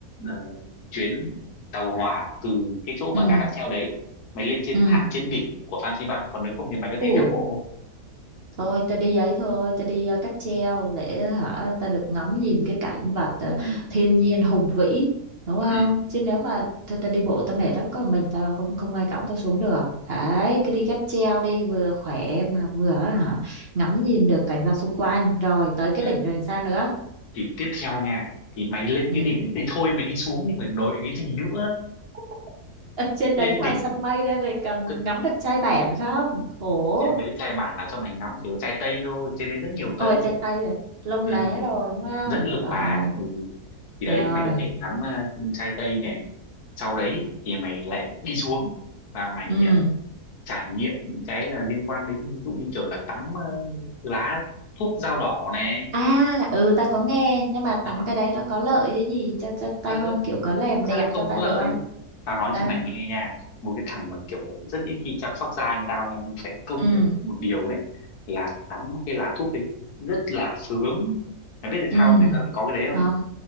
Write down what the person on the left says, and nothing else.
ờ, chuyến tàu hỏa từ cái chỗ
mà ga cáp treo đấy mày lên trên
hẳn trên đỉnh của Phan Xi Păng còn nếu không thì mày có
thể leo bộ
ừ,
ừ,
ừ.
thì tiếp theo nha thì mày lên
cái đỉnh ấy thì thôi mày đi xuống nhưng mà nói đến cái gì nữa
lên
đỉnh
thì cứ
trên đấy chai bản là cho mày ngắm chỉ có chai tây thôi trên đấy rất nhiều
tây
ừ,
rất lưng
lá ừ. thì
đấy mày có thể ngắm ờ, chai tây này sau đấy thì mày lại đi xuống và mày
ờ, trải nghiệm những cái là liên quan đến ví dụ như kiểu là tắm ờ, lá thuốc dao đỏ này
ừ.
trời
ơi
sao
lại không
có lợi
tao nói
cho mày nghe nha một cái thằng mà kiểu là rất ít khi chăm sóc da như tao nha nhưng phải công
nhận một điều ấy là tắm cái lá thuốc ấy rất là sướng mày biết tại
sao người ta lại có cái đấy
không